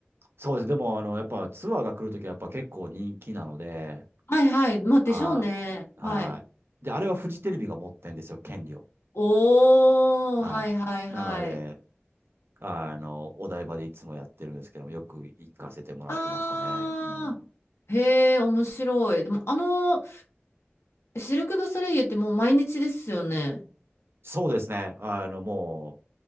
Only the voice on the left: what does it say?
はいはい。まあでしょうね。
はい。
おー、
はいはいはい。
あ
ー、へー、面白い。でもあの、シルク・ドゥ・ソレイユってもう毎日ですよね。